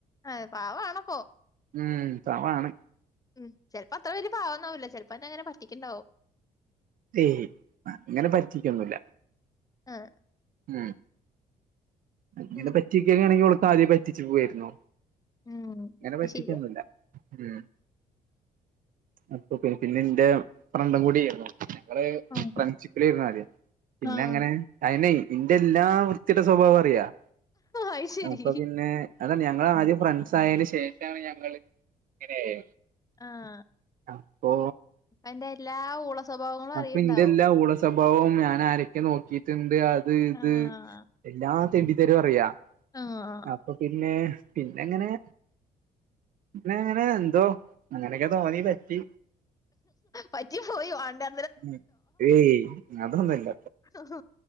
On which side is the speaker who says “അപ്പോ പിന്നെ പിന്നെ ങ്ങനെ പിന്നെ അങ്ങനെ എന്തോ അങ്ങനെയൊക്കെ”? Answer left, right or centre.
Right